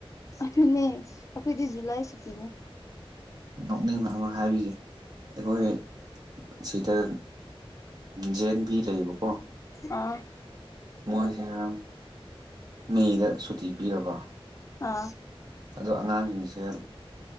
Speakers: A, on the left; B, on the right.
A: ꯑꯗꯨꯅꯦ ꯑꯩꯈꯣꯏꯗꯤ ꯖꯨꯂꯥꯏ ꯁꯨꯇꯤꯅꯦ
B: ꯅꯣꯛꯅꯤꯡꯕ ꯑꯃ ꯍꯥꯏꯕꯤꯒ ꯑꯩꯈꯣꯏ ꯁꯤꯗ ꯖꯦꯟ ꯕꯤ ꯂꯩꯌꯦꯕꯀꯣ
A: ꯑ
B: ꯃꯣꯏꯁꯤꯅ ꯃꯦꯗ ꯁꯨꯇꯤ ꯄꯤꯔꯕ
A: ꯑꯥ
B: ꯑꯗꯣ ꯑꯉꯥꯡꯁꯤꯡꯁꯦ